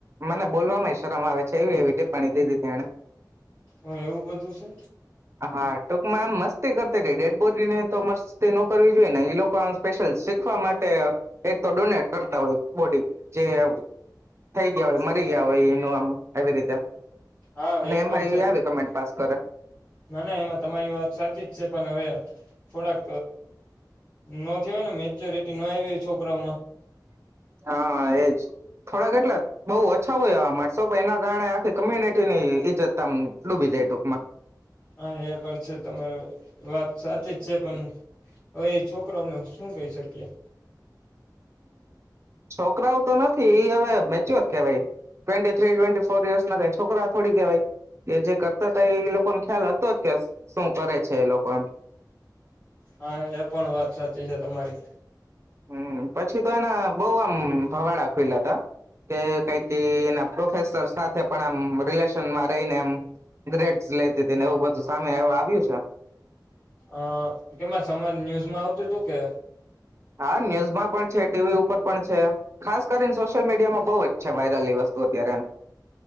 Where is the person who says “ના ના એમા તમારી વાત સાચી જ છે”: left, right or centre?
Left